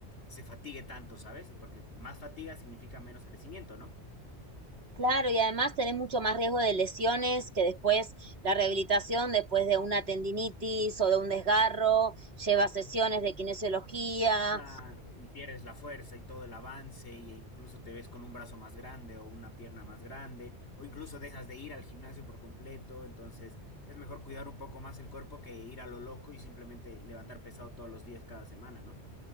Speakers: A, on the left; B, on the right.
A: se fatigue tanto, ¿sabes? Y porque más fatiga significa menos crecimiento, ¿no?
B: Claro, y además tenés mucho más riesgo de lesiones que después la rehabilitación, después de una tendinitis o de un desgarro, lleva sesiones de kinesiología,
A: Claro, y pierdes la fuerza y todo el avance, y- e incluso te ves con un brazo más grande o una pierna más grande, o incluso dejas de ir al gimnasio por completo, entonces es mejor cuidar un poco más el cuerpo que ir a lo loco y simplemente levantar pesado todos los días cada semana, ¿no?